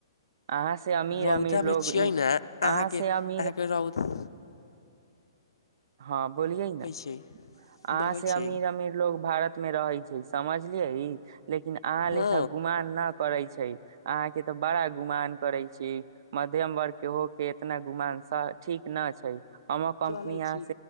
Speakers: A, on the right; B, on the left.
A: अहाँ से अमीर
B: रौदामे
A: अमीर लोग
B: छियै
A: इन
B: ने
A: अहाँ
B: अहाँके
A: से
B: अहाँके
A: अमीर
B: रौदा
A: हँ, बोलिये न,
B: छी
A: अहाँ
B: बकै
A: से
B: छी
A: अमीर अमीर लोग भारत मे रहै छै समझ बुझलिय, लेकिन अहाँ लेखा
B: हँ
A: गुमान न करे छै अहाँ के तऽ बड़ा गुमान करे छी, मध्यम वर्ग के हो के इतना गुमान ठीक न छै। हमर कम्पनी
B: चलै
A: आ-
B: छी